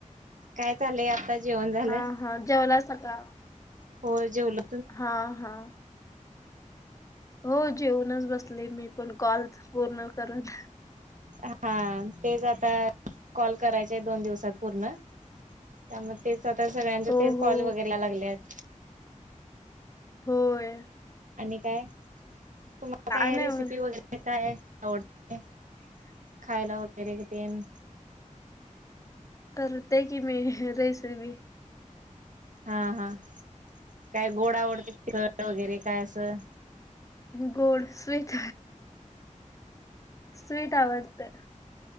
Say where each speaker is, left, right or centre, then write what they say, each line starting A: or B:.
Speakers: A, on the right (about 70°); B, on the left (about 25°).
A: काय चालय? आता जेवण झालं.
B: हा हा जेवलासा का?
A: पोर जेवलं.
B: हा हा हो जेऊनच बसले मी पण कॉल पूर्ण करत.
A: हा तेच आता कॉल करायचेत दोन दिवसात पूर्ण त्यामुळे तेचं आता सगळ्यांचे
B: हो
A: तेच कॉल
B: हो
A: वगैरे याय लागल्यात.
B: होय
A: आणि काय? तुम्हाला काय
B: नाही
A: रेसिपी
B: मग
A: वगैरे काय आवडते खायला वगैरे तेन
B: करत्या कि मी रेसिपी
A: हा हा काय गोड आवडते <unintelligible> वगैरे काय असं
B: गोड स्वीट स्वीट आवडतं.